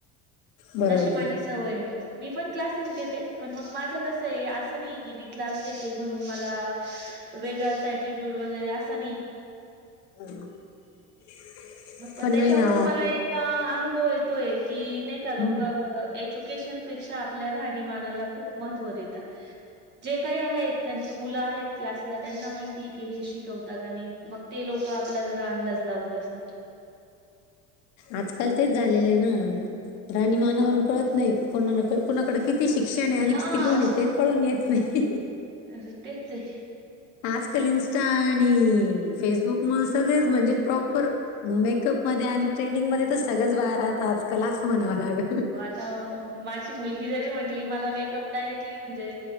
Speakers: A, on the left; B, on the right.
A: बरोबर
B: तशी माझी सवय. मी पण क्लासेस घेते पण मग माझं कसंय असं नाही की मी क्लास घेते म्हणून मला वेगळांच एटीट्यूड वगैरे असं नाही.
A: <unintelligible>
B: पण त्याच्यावरून
A: नाही ना
B: मला एक अनुभव येतोय की नाही का लोक
A: ओ.
B: एज्युकेशन पेक्षा आपल्या राहणीमानाला खूप महत्त्व देतात. जे काही आहेत ज्यांचे मुलं आहेत क्लासला त्यांना माहिती की हे शिकवता का नाही. मग ते लोक आपला जरा अंदाज लावत असतात.
A: आज काल तेच झालेले ना, राहणीमानावरून कळत नाही कोणाण कोणाकड किती शिक क्षण हाय
B: हा
A: आणि किती गुण ये ते कळून येत नाय
B: अ ह तेच य
A: आजकाल इन्स्टा आणि फेसबुकमूळ सगळेच म्हणजे प्रॉपर मेकअप मध्ये आणि ट्रेंडिंग मध्ये तर सगळ्याच बाया राहता आजकाल असं म्हणावं लागल
B: अ माझी मुलगी जरी म्हटली मला मेकअप डायरेक्टली म्हणजे